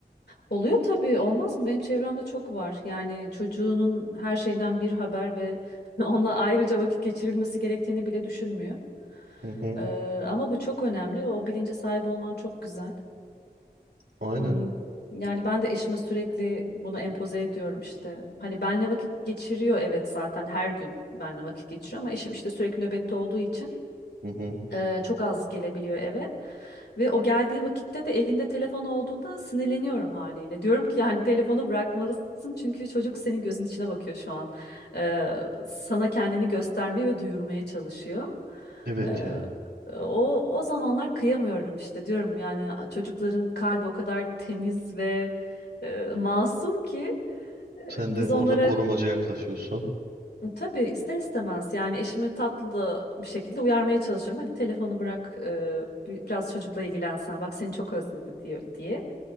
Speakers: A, on the left (about 80°); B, on the right (about 80°).
A: Oluyor tabii olmaz mı? Benim çevremde çok var. Yani çocuğunun her şeyden bir haber ve <laughs> onunla ayrıca vakit geçirilmesi gerektiğini bile düşünmüyor.
B: Hı hı.
A: Ee, ama bu çok önemli. O bilince sahip olman çok güzel.
B: Aynen.
A: Hmm, Yani ben de eşime sürekli bunu empoze ediyorum işte. Hani benle vakit geçiriyor evet zaten her gün benle vakit geçiriyor ama eşim işte sürekli nöbette olduğu için
B: Hı hı.
A: Eee, çok az gelebiliyor eve. Ve o geldiği vakitte de elinde telefon olduğunda sinirleniyorum haliyle. Diyorum ki yani telefonu bırakmalısın çünkü çocuk senin gözün içine bakıyor şu an. Eee, sana kendini göstermeye ve duyurmaya çalışıyor.
B: Evet
A: Eee,
B: ya.
A: o, o zamanlar kıyamıyorum işte diyorum yani çocukların kalbi o kadar temiz ve eee, masum ki eee,
B: Sen
A: biz
B: de orada
A: onlara
B: korumaca yaklaşıyorsun.
A: Tabii ister istemez yani eşimi tatlı da bir şekilde uyarmaya çalışıyorum. Hadi telefonu bırak e, bi- biraz çocukla ilgilensen bak seni çok özledi diyor diye.